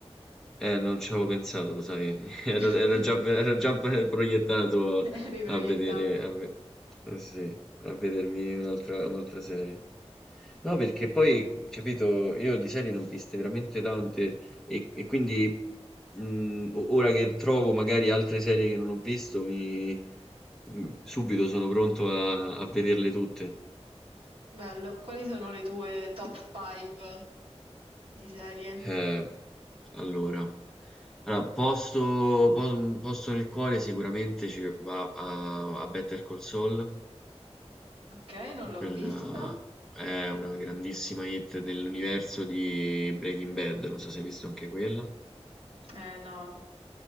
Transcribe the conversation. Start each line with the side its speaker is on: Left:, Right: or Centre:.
Centre: Eh, non ci avevo pensato, lo sai, <laughs> ero,
Right: <laughs>
Centre: ero già, ero già proiettato
Right: Eri
Centre: a
Right: proiettato.
Centre: vedere, a, ve- eh sì, a vedermi un'altra un'altra serie. No, perché poi, capito, io di serie ne ho viste veramente tante e, e quindi mh, o- ora che trovo magari altre serie che non ho visto, mi, mh, subito sono pronto a, a vederle tutte.
Right: Bello. Quali sono le tue top 5 di serie?
Centre: Eh, allora, allora, posto, po- posto nel cuore sicuramente ci va a, a Better Call Saul,
Right: Ok, non l'ho
Centre: quella
Right: vista.
Centre: è una grandissima hit dell'universo di Breaking Bad, non so se hai visto anche quella.
Right: Eh no.